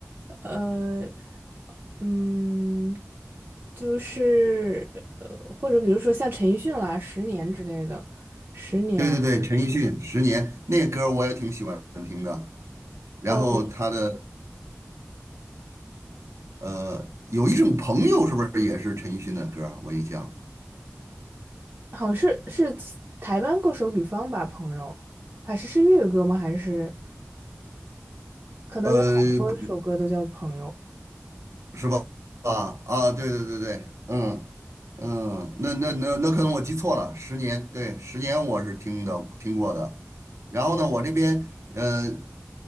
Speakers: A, on the right; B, on the right.
A: 呃，嗯，就是呃，或者比如说像陈奕迅啦，《十年》之类的，《十年》
B: 对对对，陈奕迅《十年》那个歌我也挺喜欢听的。然后他的
A: 哦，
B: 呃有一种朋友是不是也是陈奕迅的歌儿我印象，
A: 好像是是台湾歌手吕方吧，朋友，还是是粤语歌吗？还是可能有好多首歌都叫朋友，
B: 呃，不是吧？啊啊，对对对对，嗯嗯，那那那那可能我记错了，十年，对，十年我是听的听过的。然后呢，我这边嗯。呃